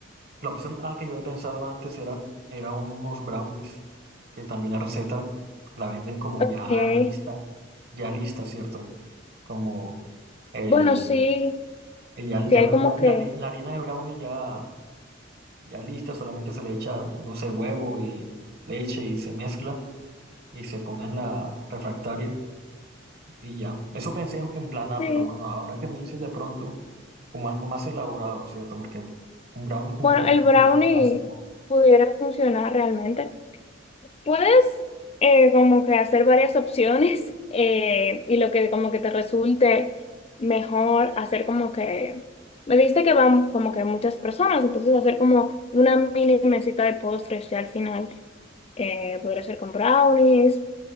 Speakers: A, on the right; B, on the left.
A: La opción A que yo he pensado antes era, era unos brownies, que también la receta la venden como
B: Ok.
A: ya lista, ya lista, ¿cierto? Como el
B: Bueno, sí,
A: Y ya, ya
B: sí hay
A: la,
B: como
A: la- la
B: que,
A: hari- la harina de brownie ya, ya lista, solamente se le echa, no sé, huevo y leche y se mezcla y se pone en la refractaria y ya. Eso pensé en, en plan A,
B: sí.
A: pero bueno, ahora que me dices de pronto, como algo más elaborado, ¿cierto? Porque un brownie es como
B: Bueno,
A: que
B: el
A: muy,
B: brownie
A: muy básico.
B: pudiera funcionar realmente. Puedes eh, como que hacer varias opciones <laughs> eh, y lo que como que te resulte mejor hacer como que, me dijiste que van como que muchas personas, entonces hacer como una mini mesita de postres ya al final eh, podría ser con brownies